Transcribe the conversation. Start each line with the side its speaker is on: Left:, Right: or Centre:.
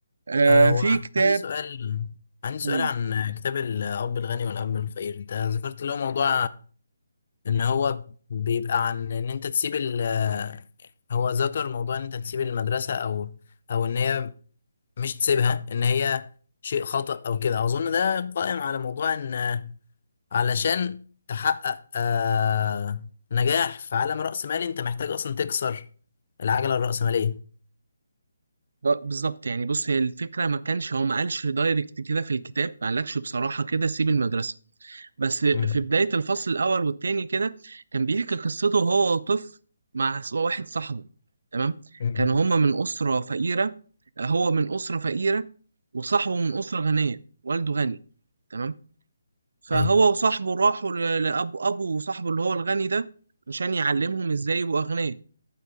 Right: آه
Left: آه، هو
Right: في كتاب
Left: عندي سؤال عندي سؤال
Right: قول
Left: عن كتاب الأب الغني والأب الفقير أنت ذكرت اللي هو موضوع ان هو بيبقى عن ان انت تسيب ال آه، هو ذكر موضوع ان انت تسيب المدرسة او او ان هي مش تسيبها ان هي شيء خطأ او كده اظن ده قائم على موضوع ان علشان تحقق آه نجاح في عالم رأسمالي انت محتاج اصلا تكسر العجلة الرأسمالية
Right: ب- بالظبط يعني بص هي الفكرة ما كانش هو ما قالش دايركت كده في الكتاب ما قالكش بصراحة كده سيب المدرسة بس في
Left: مم.
Right: بداية الفصل الأول والتاني كده كان بيحكي قصته هو طفل مع س- واحد صاحبه تمام
Left: مم.
Right: كان هما من أسرة فقيرة هو من أسرة فقيرة وصاحبه من أسرة غنية والده غني تمام فهو
Left: ايوه
Right: وصاحبه راحوا ل- لأبو أبو صاحبه اللي هو الغني ده عشان يعلمهم إزاي يبقوا أغنياء